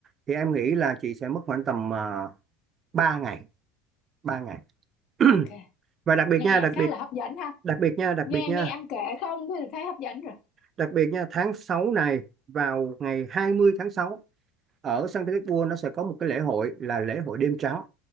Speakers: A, on the right; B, on the left.
A: thì em nghĩ là chị sẽ mất khoảng tầm uh, 3 ngày ba ngày <clears throat>
B: ok
A: và đặc biệt
B: nghe
A: nha đặc
B: khá
A: biệt
B: là hấp dẫn ha
A: đặc biệt nha đặc
B: nghe
A: biệt nha
B: nghe em kể không thì thấy hấp dẫn rồi
A: đặc biệt nha tháng 6 này vào ngày hai mươi tháng sáu ở Saint Petersburg nó sẽ có một cái lễ hội là lễ hội đêm trắng